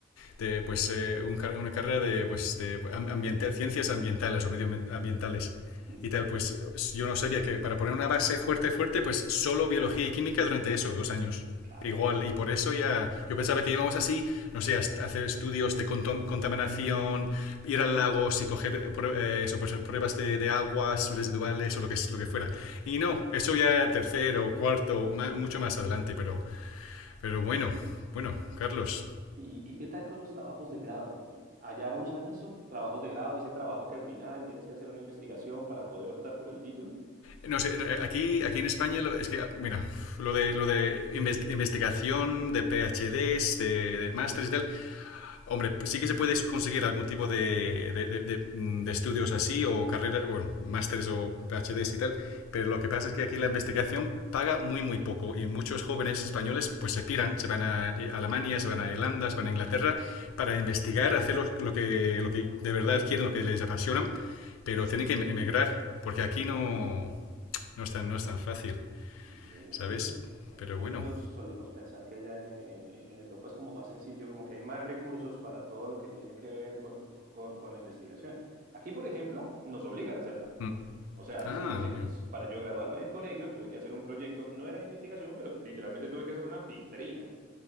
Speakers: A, on the left (about 90°); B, on the right (about 40°).
A: de pues, eh, un, una carrera de, pues, de ambiente, ciencias ambientales o medioambientales
B: Mm,
A: y tal, pues yo no sabía que para poner una base fuerte, fuerte, pues solo biología y química durante eso, dos años.
B: Claro.
A: Igual, y por eso ya, yo pensaba que íbamos así, no sé, a hacer estudios de contaminación, ir al lago y coger eh, eso, pues, pruebas de, de, aguas residuales o lo que, lo que fuera. Y no, eso ya tercero, cuarto, más, mucho más adelante, pero, pero bueno, bueno, Carlos,
B: ¿Y, y qué tal con los trabajos de grado, Colón? ¿Allá usan eso? ¿Trabajos de grado, ese trabajo que al final tienes que hacer una investigación para poder optar por el título?
A: No sé, aquí, aquí en España, lo- es que, ah, mira, lo de, lo de investigación, de PhDs, de, de másteres y tal, hombre, sí que se puede conseguir algún tipo de, de- de- de, mm, de estudios así, o carrera, bueno, másteres o PhDs y tal, pero lo que pasa es que aquí la investigación paga muy, muy poco, y muchos jóvenes españoles, pues se piran, se van a eh, Alemania, se van a Irlanda, se van a Inglaterra, para investigar, hacer lo, lo que, lo que de verdad quieren, lo que les apasiona, pero tienen que em- emigrar, porque aquí no, no es tan, no es tan fácil,
B: Ve,
A: ¿sabes?
B: Aquí
A: Pero
B: nosotros
A: bueno.
B: solemos pensar que allá en, eh, en Europa es como más sencillo, como que hay más recursos para todo lo que tiene que ver con, con, con la investigación. Aquí, por ejemplo, nos obligan a hacerla.
A: Mm.
B: O sea,
A: Ah,
B: si uno se,
A: mira.
B: qui- si- para yo graduarme del colegio tuve que hacer un proyecto, no era de investigación, pero literalmente tuve que hacer una vitrina.